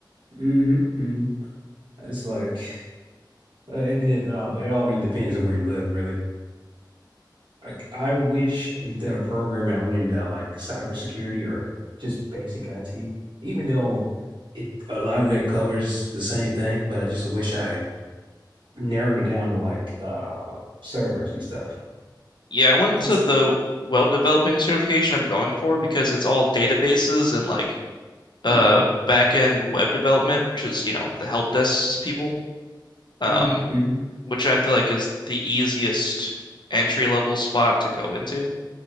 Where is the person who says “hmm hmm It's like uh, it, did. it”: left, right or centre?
Right